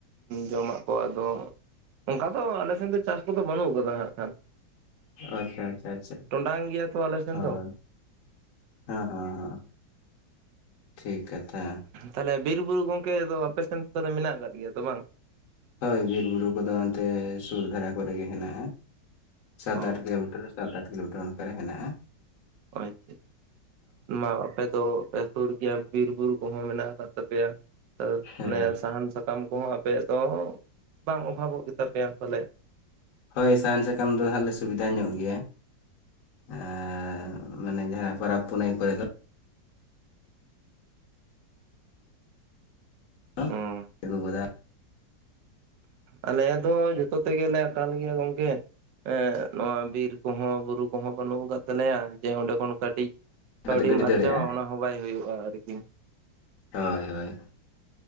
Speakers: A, on the right; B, on the left.
A: ᱡᱚᱢᱟᱜ ᱠᱚ ᱟᱫᱚ ᱚᱝᱠᱟ ᱫᱚ ᱟᱞᱮ ᱥᱮᱱ ᱫᱚ ᱪᱟᱥ ᱠᱚᱫᱚ ᱵᱟᱹᱱᱩᱜ ᱠᱟᱫᱟ ᱦᱟᱸᱜ ᱠᱷᱟᱱ ᱾
B: ᱟᱪᱪᱷᱟ ᱟᱪᱪᱷᱟ ᱟᱪᱪᱷᱟ ᱟᱪᱪᱷᱟ,
A: ᱴᱚᱸᱰᱟᱝ ᱜᱮᱭᱟ ᱛᱚ ᱟᱞᱮ ᱥᱮᱱ
B: ᱦᱳᱭ
A: ᱫᱚ
B: ᱾ ᱦᱮᱸ ᱦᱮᱸ ᱴᱷᱤᱠ ᱠᱟᱛᱷᱟ ᱾
A: ᱛᱟᱞᱮ ᱵᱤᱨ ᱵᱩᱨᱩ ᱜᱚᱝᱠᱮ ᱫᱚ ᱟᱯᱮᱥᱮᱱ ᱠᱚᱨᱮ ᱢᱮᱱᱟᱜ ᱟᱠᱟᱫ ᱜᱮᱭᱟ ᱛᱚ ᱵᱟᱝ?
B: ᱦᱳᱭ ᱵᱤᱨ ᱵᱩᱨᱩ ᱠᱚᱫᱚ ᱚᱱᱛᱮ ᱥᱩᱨ ᱫᱷᱟᱨᱟ ᱠᱚᱨᱮ ᱜᱮ ᱦᱮᱱᱟᱜᱼᱟ ᱾ ᱥᱟᱛ
A: ᱚ
B: ᱟᱴ ᱠᱤᱞᱳᱢᱤᱴᱟᱨ ᱥᱟᱛ ᱟᱴ ᱠᱤᱞᱳᱢᱤᱴᱟᱨ ᱚᱱᱠᱟ ᱨᱮ ᱦᱮᱱᱟᱜᱼᱟ ᱾
A: ᱦᱚᱭ ᱛᱚ ᱢᱟᱣ ᱟᱯᱮ ᱫᱚ ᱟᱯᱮ ᱥᱩᱨ ᱜᱮᱭᱟ ᱵᱤᱨ ᱵᱩᱨᱩ ᱠᱚᱦᱚᱸ ᱢᱮᱱᱟᱜ ᱟᱠᱟᱫ ᱛᱟᱯᱮᱭᱟ
B: ᱦᱮᱸ
A: ᱚᱱᱮ ᱥᱟᱦᱟᱱ ᱥᱟᱠᱟᱢ ᱼᱼ ᱠᱚᱦᱚᱸ ᱟᱯᱮᱭᱟᱜ ᱫᱚ ᱵᱟᱝ ᱚᱵᱷᱟᱵᱚᱜ ᱜᱮᱛᱟ ᱯᱮᱭᱟ ᱯᱷᱟᱞᱮᱜ ᱾
B: ᱦᱳᱭ ᱥᱟᱦᱟᱱ ᱥᱟᱠᱟᱢ ᱫᱚ ᱦᱟᱸᱜ ᱞᱮ ᱥᱩᱵᱤᱫᱷᱟ ᱧᱚᱜ ᱜᱮᱭᱟ ᱾ ᱟᱨ ᱢᱟᱱᱮ ᱡᱟᱦᱟᱸ ᱯᱟᱨᱟᱵᱽ ᱯᱩᱱᱟᱹᱭ ᱠᱚᱨᱮ ᱫᱚ ᱼᱼ <unintelligible>
A: ᱚᱸ
B: ᱟᱹᱜᱩ ᱜᱚᱫᱟ ᱾
A: ᱟᱞᱮ ᱫᱚ ᱡᱚᱛᱚ ᱛᱮᱜᱮᱞᱮ ᱟᱠᱟᱞ ᱜᱮᱭᱟ ᱜᱚᱝᱠᱮ ᱾ ᱦᱮᱸ ᱱᱚᱣᱟ ᱵᱤᱨ ᱠᱚᱦᱚᱸ ᱵᱩᱨᱩ ᱠᱚᱦᱚᱸ ᱵᱟᱹᱱᱩᱜ ᱟᱠᱟᱜ ᱛᱟᱞᱮᱭᱟ ᱡᱮ ᱚᱸᱰᱮ ᱠᱷᱚᱱ ᱠᱟᱹᱴᱤᱡ ᱼᱼ ᱠᱟᱹᱣᱰᱤᱢ
B: ᱠᱟᱛᱮ ᱜᱤᱰᱤ
A: ᱟᱨᱡᱟᱣᱟ
B: ᱫᱟᱲᱮᱭᱟᱜᱼᱟ
A: ᱚᱱᱟ ᱦᱚᱸ ᱵᱟᱭ ᱦᱩᱭᱩᱜᱼᱟ ᱟᱨᱠᱤ ᱾
B: ᱦᱳᱭ ᱦᱳᱭ